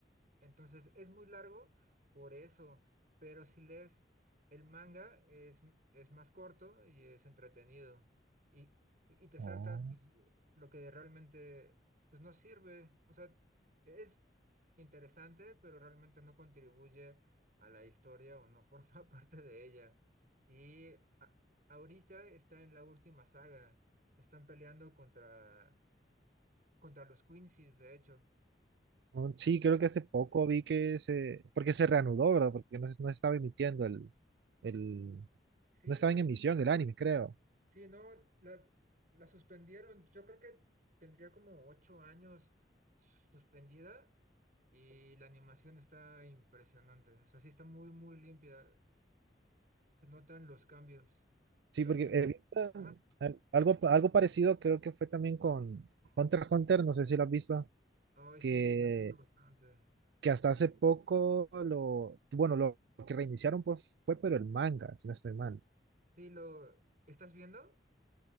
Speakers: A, on the right (about 50°); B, on the right (about 70°).
A: Entonces es muy largo por eso, pero si lees el manga es, es más corto y es entretenido y, y, y te saltas
B: Oh.
A: pues, lo que realmente pues, no sirve. O sea, es interesante, pero realmente no contribuye a la historia o no forma <laughs> parte de ella. Y a- ahorita está en la última saga, están peleando contra, contra los Quincy's, de hecho.
B: Oh, Sí, creo que hace poco vi que se, porque se reanudó, ¿verdad? Porque no, se- no estaba emitiendo el, el,
A: Sí,
B: no estaba en emisión el anime, creo.
A: Sí, no, la, la suspendieron. Yo creo que tendría como ocho años suspendida y la animación está impresionante. O sea, sí está muy, muy limpia. Se notan los cambios.
B: Sí,
A: Lo
B: porque
A: mismo.
B: he visto
A: Ajá.
B: al- algo, algo parecido, creo que fue también con Hunter x Hunter, no sé si lo has visto,
A: Ay,
B: que,
A: sí, me gusta bastante.
B: que hasta hace poco lo, bueno, lo que reiniciaron pues fue, pero el manga, si no estoy mal.
A: Sí, lo. ¿Estás viendo?